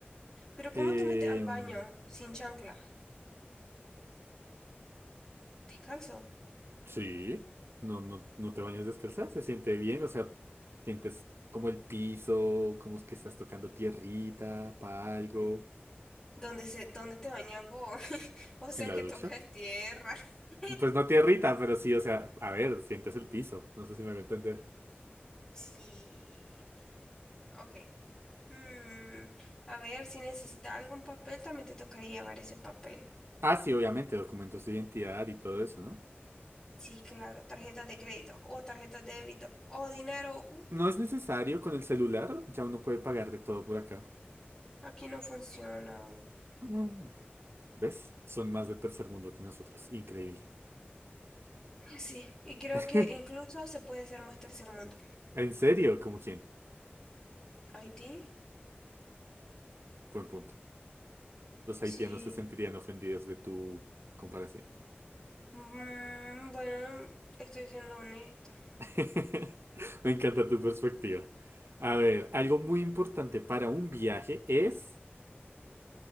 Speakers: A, on the left; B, on the right.
A: Pero ¿cómo
B: Em,
A: te metes al baño sin chancla? Descalzo.
B: sí, no, no, no te bañas descalza, se siente bien, o sea, sientes como el piso, como es que estás tocando tierrita para algo
A: Mm, ¿Dónde se, dónde te bañas vos? <laughs> O sea
B: en la
A: que
B: ducha.
A: tocas tierra. <laughs>
B: Pues no tierrita, pero sí, o sea, a ver, sientes el piso, no sé si me voy a entender.
A: Sí. Ok. Mm, a ver, si necesita algún papel, también te tocaría llevar ese papel.
B: Ah, sí, obviamente, documentos de identidad y todo eso, ¿no?
A: Sí, claro, tarjeta de crédito o tarjeta de débito o dinero. uh,
B: No es necesario con el celular, ya uno puede pagar de todo por acá.
A: aquí no funciona aún.
B: Ah. ¿Ves? Son más de tercer mundo que nosotros, increíble.
A: <gasps> Sí, y creo
B: <laughs>
A: que incluso se puede ser más tercer mundo.
B: ¿En serio? ¿Cómo quién?
A: Haití,
B: Buen punto. Los
A: sí.
B: haitianos se sentirían ofendidos de tu comparación.
A: Mm, bueno, estoy siendo honesta.
B: <laughs> Me encanta tu perspectiva. A ver, algo muy importante para un viaje es...